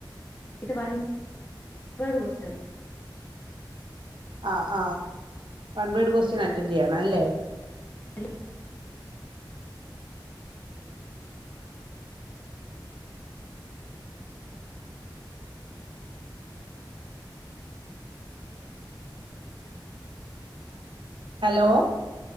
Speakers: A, on the left; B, on the right.
A: അയിത്തെ വൺ വേഡ് ക്വസ്റ്റ്യൻ
B: ആഹ് ആഹ് വൺ വേഡ് ക്വസ്റ്റ്യൻ അറ്റൻഡ് ചെയ്യണം അല്ലേ
A: <unintelligible>
B: ഹലോ